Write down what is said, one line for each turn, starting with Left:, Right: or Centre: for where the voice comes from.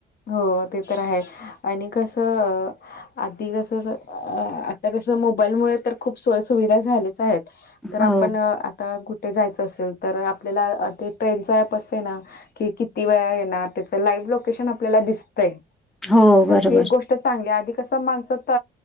Left: हो ते तर आहे आणि कसं? आधी जस आता कस मोबाईल मुळे तर खूप सोय सुुविधा झालीच आहेत. तर
Centre: हो.
Left: आपण आता कुठे जायचं असेल तर आपल्याला ते ट्रेनच ऍप असते ना. कि किती वेळा येणार त्याच लाईव्ह लोकेशन आपल्याला दिसतंय
Centre: हो,
Left: तर
Centre: बरोबर.
Left: त गोष्ट चांगली आधी कस माणस त